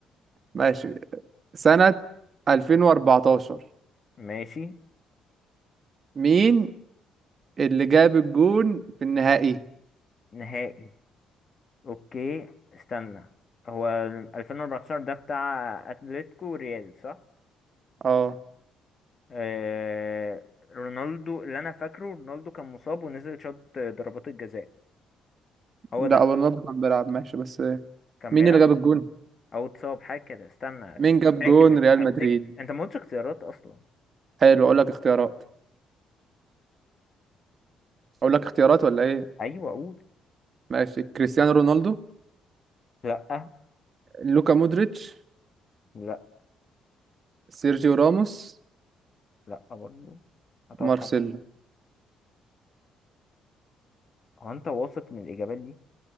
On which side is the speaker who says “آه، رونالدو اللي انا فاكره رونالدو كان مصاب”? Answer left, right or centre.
Left